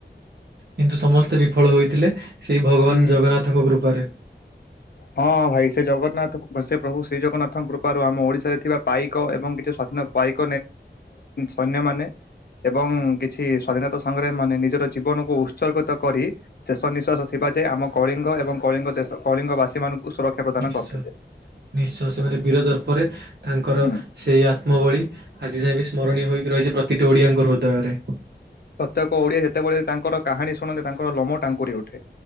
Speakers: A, on the right (about 65°); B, on the left (about 60°).
A: କିନ୍ତୁ ସମସ୍ତେ ବିଫଳ ହୋଇଥିଲେ ସେଇ ଭଗବାନ
B: ହୁଁ
A: ଜଗନ୍ନାଥଙ୍କ କୃପାରେ
B: ହଁ ଭାଇ ସେ ଜଗନ୍ନାଥ ସେ ପ୍ରଭୁ ଶ୍ରୀ ଜଗନ୍ନାଥଙ୍କ କୃା ାରୁ ଆମ ଓଡିଶାରେ ଥିବା ପାଇକ ଏବଂ କିଛି ସ୍ଵାଧୀନ ପାଇକ ସୈନ୍ୟ ମାନେ ଏବଂ କିଛି ସ୍ଵାଧୀନତା ସଂଗ୍ରାମୀ ମାନେ ନିଜର ଜୀବନକୁ ଉତ୍ସର୍ଗିତ କରି ଶେଷ ନିଶାସ ଥିବା ଯୋଏ ଆମ କଳିଙ୍ଗ ଏବଂ କଳିଙ୍ଗ ଦେଶ କଳିଙ୍ଗବାସୀମାନଙ୍କୁ ସୁରକ୍ଷା ପ୍ରଦାନ
A: ନିଶ୍ଚୟ
B: କରିଥିଲେ।
A: ନିଶ୍ଚୟ ସେମାନେ ବିରୋଧର ପରେ ତାଙ୍କର
B: ହୁଁ
A: ସେଇ ଆତ୍ମବଳୀ ଆଜି ଯାଇଏଁ ବି ସ୍ମରଣୀ ହୋଇକି ରହିଛି ପ୍ରତିଟି ଓଡିଆଙ୍କ ହୃଦୟରେ
B: ପ୍ରତ୍ୟେକ ଓଡିଆ ଯେତେବେଳେ ତାଙ୍କର କାହାଣୀ ଶୁଣନ୍ତେ ତାଙ୍କର ଲୋମୋ ଟାଙ୍କୁରି ଉଠେ